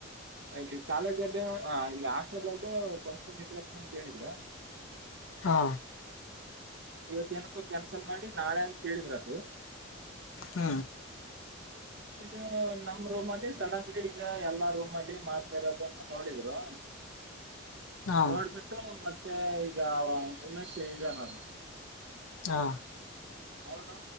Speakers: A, on the right (about 55°); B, on the left (about 85°).
A: ಅಲ್ಲಿ ಕಾಲೇಜಗ ಹ ಆಸ್ ಷ್ಟಲದಗ ಫಂಕ್ಷನ್ ಇಟುಗಂಟ್ನಿ ಅಂತ ಹೇಳಿದ್ರು
B: ಹಾ
A: ಇವತ್ತು ಎನಿಕೊ ಕ್ಯಾನ್ಸಲ್ ಮಾಡಿ ನಾಳೆ ಅಂತ ಹೇಳಿದ್ರದು.
B: ಹ್ಮ್
A: ಇದು ನಮ್ ರೂಮ್ ಅಲ್ಲಿ ಸಡನ್ಲಿ ಇಂಗ ಎಲ್ಲಾ ರೂಮಲ್ಲಿ ಮಾಡ್ತಾ ಇರೋದನ್ನು ನೋಡಿದ್ರು
B: ಹಾ
A: ನೋಡ್ಬಿಟ್ಟು ಮತ್ ಮತ್ತೆ ಈಗ ಉಮೇಶ್ ಐದನಲ
B: ಹಾ
A: ಅವ್ನು